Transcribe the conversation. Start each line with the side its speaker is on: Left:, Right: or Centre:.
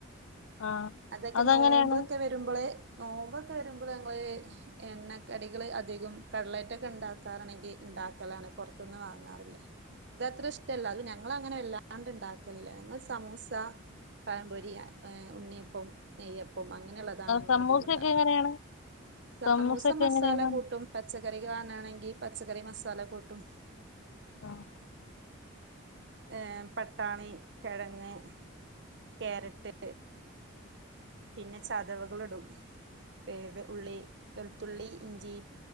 Left: ആഹ്
Right: അതൊക്കെ
Left: അതെങ്ങനെയാണ്
Right: നോമ്പ് ഒക്കെ വരു - വരുമ്പള് നോമ്പൊക്കെ വരുമ്പള് എണ്ണക്കടികൾ അധികം കട്ലെറ്റൊക്കെണ്ടാകും. ക്കറ <unintelligible> ണെങ്കി ഉണ്ടാക്കലാണ് പൊറതുന്ന് വാങ്ങാറില്ല. ഇത് അത്ര ഇഷ്ടല്ല അത് ഞങ്ങളങ്ങനെ വല്ലാണ്ട് ഇണ്ടാക്കലില്ല ഞങ്ങള് സമൂസ പഴംപൊരിയ ഏഹ് ഉണ്ണിയപ്പം നെയ്യപ്പം അങ്ങനെയുള്ളതാണ് ഞങ്ങളധികം
Left: സമൂസൊക്കെ
Right: ഉണ്ടാക്കാറ്
Left: എങ്ങനെയാണ്
Right: സമൂസ
Left: സമൂസൊക്കെ
Right: മസാല
Left: എങ്ങനെയാണ്
Right: കൂട്ടും പച്ചക്കറി കാണാണെങ്കിൽ പച്ചക്കറി മസാല കൂട്ടും.
Left: ആഹ്
Right: ഏഹ് പട്ടാണി കിഴങ്ങ് ക്യാരറ്റ് പിന്നെ ചതവുകളിടും <unintelligible> ഉള്ളി വെളുത്തുള്ളി ഇഞ്ചി